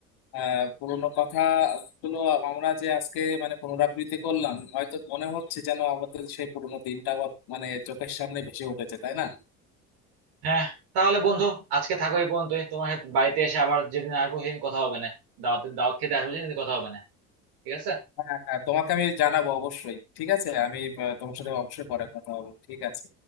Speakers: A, on the left; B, on the right.
A: আহ পুরোনো কথাগুলো আমরা যে আজকে মানে পুনরাবৃত্তি করলাম হয়তো মনে হচ্ছে যেন আমাদের সেই পুরোনো দিনটা আবার মানে চোখের সামনে ভেসে উঠেছে তাই না
B: হ্যাঁ তাহলে বন্ধু আজকে থাকো এই পর্যন্তই তোমার সাথে বাড়িতে এসে আবার যেদিন আসবো সেদিন কথা হবে না দাওয়াত দাওয়াত খেতে আসবো সেদিন কথা হবে না ঠিক আছে
A: হ্যাঁ হ্যাঁ তোমাকে আমি জানাবো অবশ্যই ঠিক আছে আমি আহ, তোমার সাথে অবশ্যই পরে কথা হবে ঠিক আছে